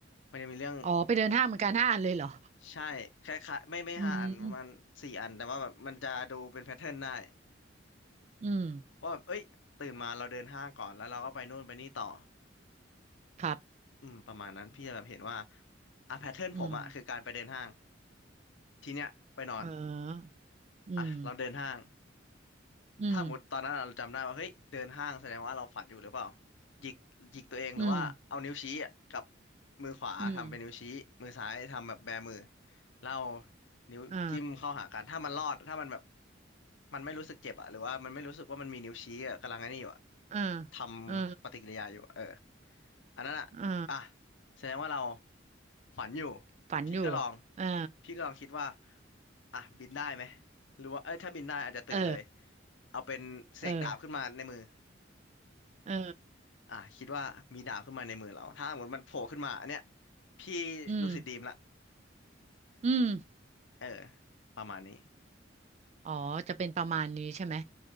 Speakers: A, on the left; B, on the right.
A: มันจะมีเรื่อง
B: อ๋อไปเดินห้างเหมือนกันห้าอันเลยเหรอ
A: ใช่คล้ายๆไม่ไม่ห้าอันประมาณสี่อันแต่ว่าแบบมันจะดูเป็นแพทเทิร์นได้
B: อืมอืม
A: ว่าแบบเอ้ยตื่นมาเราเดินห้างก่อนแล้วเราก็ไปนู่นไปนี่ต่อ
B: ครับ
A: อืมประมาณนั้นพี่จะแบบเห็นว่าอ่ะแพทเทิร์นผมอะคือการไปเดินห้าง
B: อืม
A: ทีเนี้ยไปนอน
B: เอออืม
A: อ่ะเราเดินห้าง
B: อืม
A: ถ้าหมดตอนนั้นเราจำได้ว่าเฮ้ยเดินห้างแสดงว่าเราฝันอยู่หรือเปล่าหยิกหยิกตัวเองหรือว่าเอานิ้วชี้อะกับ
B: อืม
A: มือขวาทำเป็นนิ้วชี้มือซ้ายทำแบบแบมือ
B: อืม
A: แล้วเอานิ้วจิ้มเข้าหากันถ้ามันรอดถ้ามันแบบ
B: อ่า
A: มันไม่รู้สึกเจ็บอะหรือว่ามันไม่รู้สึกว่ามันมีนิ้วชี้อะกำลังไอ้นี่อยู่อะ
B: อ่า
A: ทำปฏิกิริยาอยู่อะเออ
B: อ่า
A: อันนั้นอ่ะอ่ะ
B: อ่า
A: แสดงว่าเราฝันอยู่
B: ฝันอยู่
A: พี่ก็ลอง
B: อ่า
A: พี่ก็ลองคิดว่าอ่ะบินได้ไหมหรือว่าเอ้ยถ้าบินได้อาจจะตื่นเลย
B: เออ
A: เอาเป็นเสกดาบขึ้นมาในมือ
B: เออ เออ
A: อ่ะคิดว่ามีดาบขึ้นมาในมือเราถ้าสมมติมันโผล่ขึ้นมาอันเนี้ยพี่รูสิดดีมละ
B: อืมอืม
A: เออประมาณนี้
B: อ๋อจะเป็นประมาณนี้ใช่ไหม